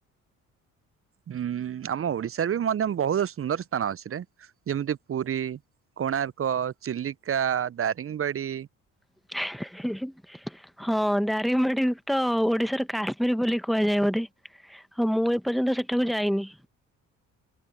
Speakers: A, on the right; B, in the centre.
A: ହୁଁ ଆମ ଓଡିଶାରେ ବି ମଧ୍ୟ ବହୁତ ସୁନ୍ଦର ସ୍ଥାନ ଅଛିରେ ଯେମିତି ପୁରୀ, କୋଣାର୍କ, ଚିଲିକା, ଦାରିଙ୍ଗବାଡ଼ି।
B: <unintelligible> ହଁ ଦାରିଙ୍ଗ ବାଡ଼ିରେ ତ ଓଡିଶାର କାଶ୍ମୀର ବୋଲି କୁହାଯାଏ ବୋଧେ। ହଉ ମୁଁ ଏପର୍ଯ୍ୟନ୍ତ ସେଠାକୁ ଯାଇନି।